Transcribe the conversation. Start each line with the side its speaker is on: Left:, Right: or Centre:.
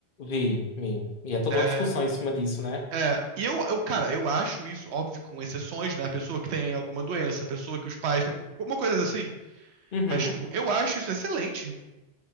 Left: Vi, vi. E é toda
Right: É,
Left: uma discussão em cima disso, né?
Right: é, e eu, eu, cara, eu acho isso, óbvio, com exceções, né? A pessoa que tem alguma doença, a pessoa que os pais têm, alguma coisa assim.
Left: Uhum.
Right: Mas, tipo, eu acho isso excelente.